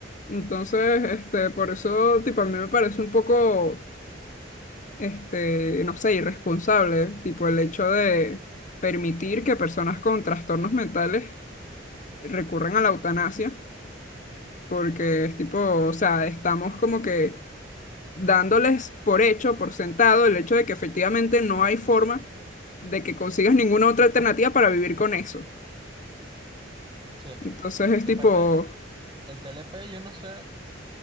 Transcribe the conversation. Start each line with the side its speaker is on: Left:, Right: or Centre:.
Left: Entonces, este, por eso, tipo, a mí me parece un poco, este, no sé, irresponsable, tipo, el hecho de permitir que personas con trastornos mentales recurran a la eutanasia, porque es tipo, o sea, estamos como que dándoles por hecho, por sentado, el hecho de que efectivamente no hay forma de que consigas ninguna otra alternativa para vivir con eso.
Right: Sí.
Left: Entonces, es
Right: Y
Left: tipo,
Right: aparte, el TLP, yo no sé,